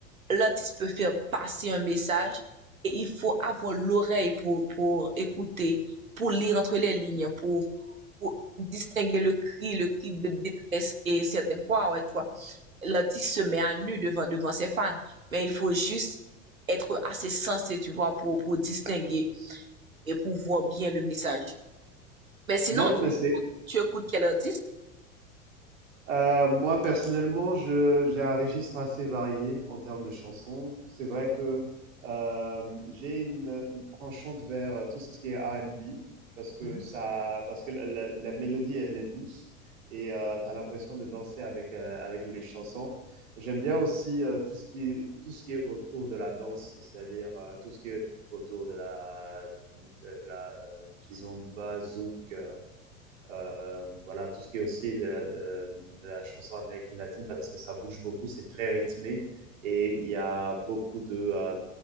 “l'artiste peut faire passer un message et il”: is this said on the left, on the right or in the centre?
Right